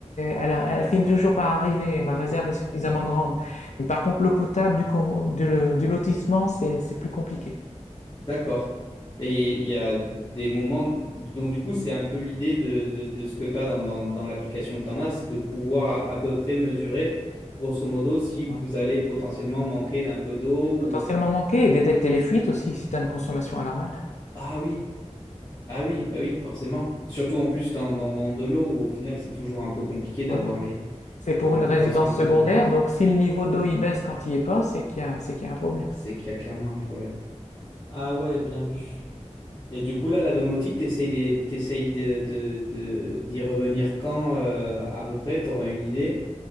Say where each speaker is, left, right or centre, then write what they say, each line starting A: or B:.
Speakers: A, on the left; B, on the left.
A: elle, a- elle finit toujours par arriver. Ma réserve est suffisamment grande. Mais par contre, l'eau potable du, coro- du, le- du lotissement, c'est, c'est plus compliqué.
B: D'accord. Et il y a des moments, donc du coup, c'est un peu l'idée de, de, de ce que tu as dans, dans, dans l'application que tu en as, c'est de pouvoir à, à peu près mesurer, grosso modo, si vous
A: Ouais.
B: allez potentiellement manquer d'un peu d'eau ou...
A: Potentiellement manquer et détecter les fuites aussi si tu as une consommation anormale.
B: Ah oui, ah oui, bah oui, forcément. Surtout en plus dans, dans, dans de l'eau où au final, c'est toujours un peu compliqué d'avoir
A: Voilà.
B: les...
A: C'est
B: de,
A: pour
B: de,
A: une
B: de
A: résidence
B: voir ce genre
A: secondaire,
B: de, de choses.
A: donc si le niveau d'eau il baisse quand il y est pas, c'est qu'il y a, c'est qu'il y a un problème.
B: C'est qu'il y a clairement un problème. Ah ouais, bien vu. Et du coup, là, la domotique, t'essayes des, t'essayes de, de- de- d'y revenir quand, euh, à peu près, t'aurais une idée?